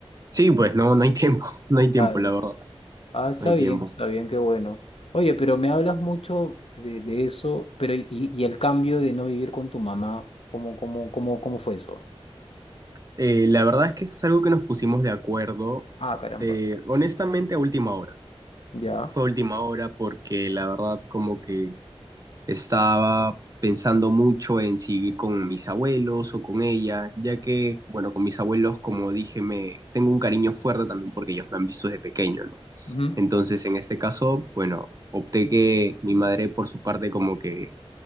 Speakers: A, on the right; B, on the left.
A: Sí, pues no, no hay tiempo, <laughs> no hay tiempo,
B: Claro.
A: la verdad.
B: Ah, está
A: No hay
B: bien,
A: tiempo.
B: está bien, qué bueno. Oye, pero me hablas mucho de, de eso, pero y, y el cambio de no vivir con tu mamá, ¿cómo, cómo, cómo, cómo fue eso?
A: Eh, la verdad es que es algo que nos pusimos de acuerdo,
B: Ah, caramba,
A: eh, honestamente, a última hora.
B: ya.
A: Fue a última hora porque la verdad como que estaba pensando mucho en si ir con mis abuelos o con ella, ya que, bueno, con mis abuelos, como dije, me tengo un cariño fuerte también porque ellos me han visto desde pequeño, ¿no?
B: Ujú.
A: Entonces, en este caso, bueno, opté que mi madre, por su parte, como que